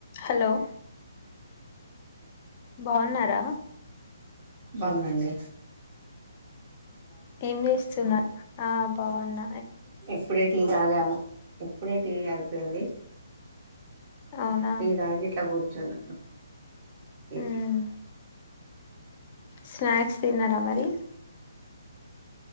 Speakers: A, on the left; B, on the right.
A: Hello బాగున్నారా
B: బావున్నాండి
A: ఏం చేస్తున్నా ఆ బావున్న
B: ఇప్పుడే టీ తాగాము ఇప్పుడే టీ అయ్యిపోయింది
A: అవునా
B: టీ తాగి ఇట్లు కూర్చున్న ఇది
A: మ్మ్ స్నాక్స్ తిన్నారా మరి